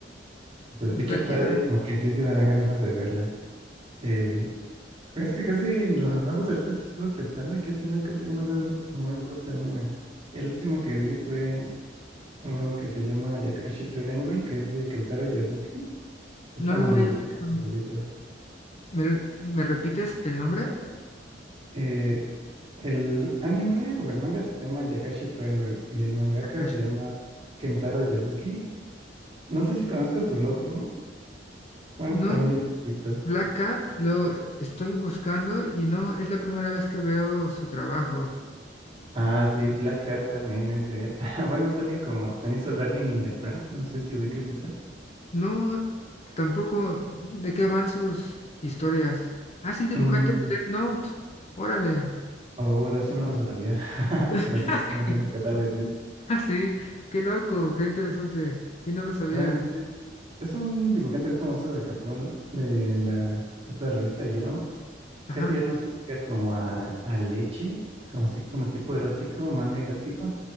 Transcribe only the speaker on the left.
Está chida.
No
lo
he visto.
¿Me, me repites el nombre?
Takashi.
No,
Black Cat lo estoy buscando y no es la primera vez que veo su trabajo.
No, tampoco. ¿De qué van sus historias? Ah, es el dibujante
de Death Note. Órale.
<laughs>
Ah,
sí.
Ah, sí. Qué loco, qué interesante. Sí, no lo sabía.
Ajá.